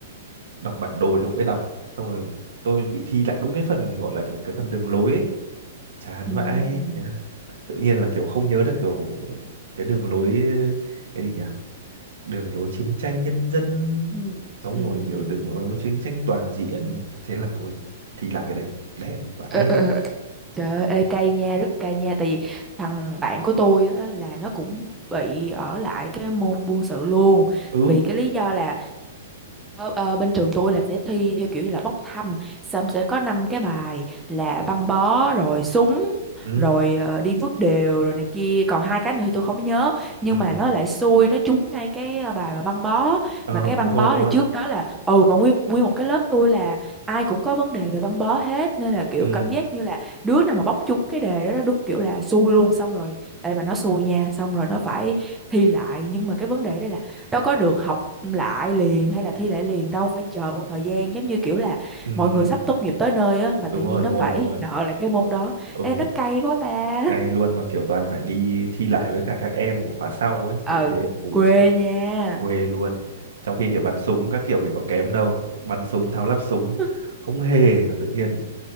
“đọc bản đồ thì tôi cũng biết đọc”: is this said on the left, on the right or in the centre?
Right